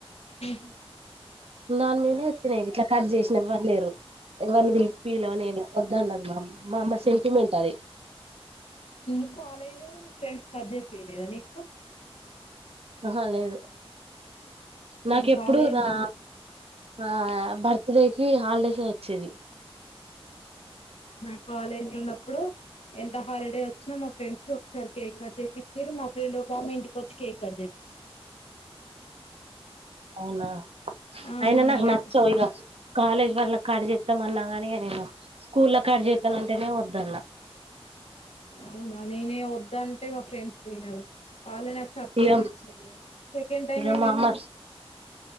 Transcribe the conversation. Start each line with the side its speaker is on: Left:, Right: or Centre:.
Left: ఉహు
Right: నన్ నే ఇట్లా ఖర్చ చేసిన ఎవ్వరు లేరు. ఎవరిని పీల్ పీలే నేను వద్ద అన్నది. మా అమ్మ మా అమ్మ సెంటిమెంట్ అది.
Left: ఉ కాలేజీ లో కూడా మీ ఫ్రెండ్స్ కట్ జేపీయలేదా నీకు
Right: అహా లేదు
Left: నేను
Right: నాకెప్పుడు
Left: కాలేజ్
Right: రా ఆ బర్త్డేకి హాలిడేస్ కి వచ్చేది
Left: నా కాలేజీ లో ఉన్నప్పుడు ఎంత హాలిడే వచ్చినా మా ఫ్రెండ్స్ ఒక్కరు కేక్ చేపిచ్ నేను మా ఫ్రెండ్ ఒక కామెంట్ వచ్చి కేక్ కట్ జేపి
Right: అవునా
Left: ఆ
Right: అయినా నాకు
Left: నా దగ్
Right: నచ్చవు ఇక కాలేజ్ వళ్ల కడి చెస్తాం అన్నా కాని నేను స్కూల్ కడి చెస్తాను అంటేనే వద్దు అన్న
Left: అవునా నేనే వద్దంటే మా ఫ్రెండ్స్ తినరు వాళ్ళ నాకు సర్ప్రైజ్
Right: ఇగ
Left: ఇచ్చిరు సెకండ్ టైమ్
Right: ఇగ
Left: ఏమైందన్
Right: మా అమ్మ